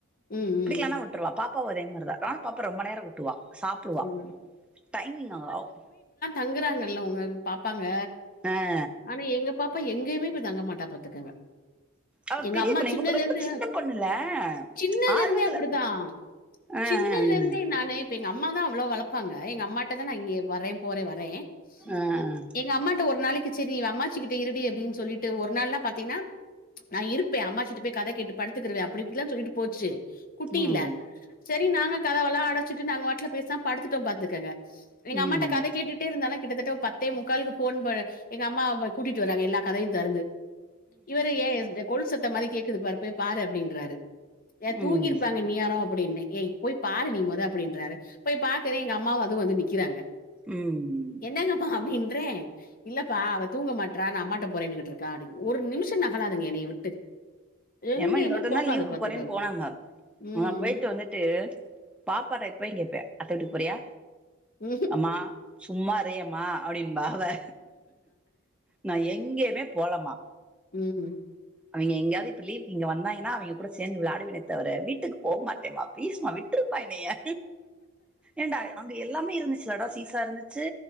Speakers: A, on the left; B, in the centre.
A: ம்
B: புடிக்கலன்னா விட்டுருவா பாப் பா மாரிதா நானு பாப்பா ரொம்ப நேரோ ஊட்டுவா சாப்புடுவா
A: ம்
B: டைமிங் அவ்
A: தங்குறாங்கங்கள்ல அவுங்க ங்க பாப்பாங்க
B: அஹ்
A: ஆனா எங்க பாப்பா எங் எங்கயுமே போய் தங்க மாட்டா பாத்துக்கங்க
B: அவ
A: எங்க
B: பெரிய
A: அம்மா
B: பொண்ணு
A: சின்னதுல
B: இவக்கு ரொம்ப
A: இருந்து
B: சின்ன பொண்ணுல
A: சின்னதுல
B: ஆர்வத்துல
A: இருந்தே அப்புடித்தா
B: அஹ்
A: சின்னதுல இருந்தே நானு இப்ப எங்க அம்மாதா அவ்ளோ வளப் வளப்பாங்க எங்க அம்மாட்டதா நா இங்கே வரேம் போறே வரே
B: அஹ்
A: ம் எங்க அம்மாட்ட ஒரு நாளிக்கு செரி இவ அம்மாச்சி கிட்ட இருடி அப்டின் சொல்லிட்டு ஒரு நாள்னா பாத்தீங்கின்னா நான் இருப்பேன் அம்மாகிட்ட போய் கத கேட்டு படுத்துக்குருவன் அப்டிலா இப்டிலா சொல்லிட்டு போச்சி குட்டியில
B: உம்
A: சரி நாங்க கதவெல்லா அடச்சிட்டு நாங்க வாட்ல பேசாம படுத்துட்டோம் பாத்துகங்க எங்க
B: உம்
A: அம்மாட்ட கத கேட்டுட்டே இருந்தாலா கிட்டத்தட்ட ஒரு பத்தே முக்காலுக்கு ஃபோன் ப எங்க அம்மாவ போய் கூட்டிட்டு வராங்க எல்லா கதவயும் தெறந்து இவரு ஏ அந்த கொளுசு அத்த மாரி கேக்குது பாரு போய் பாரு அப்டின்றாரு ஏ தூங்கிருப்பாங்க
B: உம்
A: இன்னியாரம் அப் அப்டின்ன ஏய் போய் பாரு நீ மொத அப்டின்றாரு போய் பாக்குறே எங்க அம்மாவு வந்து வந்து நிக்கிறாங்க
B: உம்
A: என்னங்கப்பா அப்டின்னு ட்ரேன் இல்லப்பா அவ தூங்க மாட்றா நா அம்மாட்ட போறேன்னுகிட்டு இருக்கா அப்டி ஒரு நிமிஷம் நகலாதுங்க என்னய விட்டு எங்கேயுமே
B: ஏம்மா இன்னொருத்த
A: போகாது
B: தான் லீவுக்கு
A: பாத்துக்கங்க
B: போறேன்னு போ போனாங்க
A: ம்
B: நா போயிட்டு வந்துட்டு பாப்பாட்ட போயி கேப்பன் அத்த வீட்டுக்கு போறியா
A: ம் ம்
B: அம்மா சும்மா இரே அம்மா அப்டிம்பா அவ நான் எங்கேயுமே போலமா
A: ம்
B: அவங்க எங்கையாவது இப்ப லீவுக்கு இங்க வந்தாங்கன்னா அவிங்க கூட சேந்து விளாடுவேனேத்தவர வீட்டுக்கு போக மாட்டேம்மா ப்லீஸ்மா விட்டுரும்மா என்னைய ஏன்டா அங்க எல்லாமே இருந்துச்சி லடா சீசா இருந்துச்சி